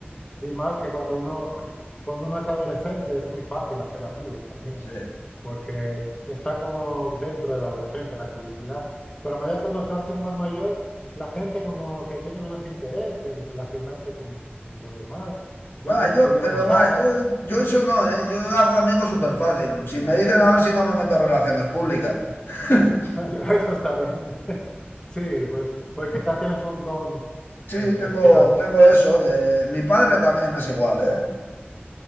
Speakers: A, on the left; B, on the left.
A: Y más que cuando uno, <clears throat> cuando uno es adolescente es muy fácil hacer amigos también,
B: sí.
A: porque está como dentro del adolescente la curiosidad. Pero a medida que uno se va haciendo más mayor, la gente como que tiene menos interés en relacionarse con, con los demás, ya
B: Va,
A: tienen
B: yo,
A: su vida
B: pero
A: montada.
B: va, yo, yo eso no, ¿eh? Yo hago amigos súper fácil. Si me dicen a ver si no me meto en relaciones públicas. <laughs>
A: <laughs> Eso está bien. <laughs> Sí, pues, pues quizás tienes un don
B: Sí,
A: eh, especial.
B: tengo, tengo eso de... Mi padre también es igual, ¿eh?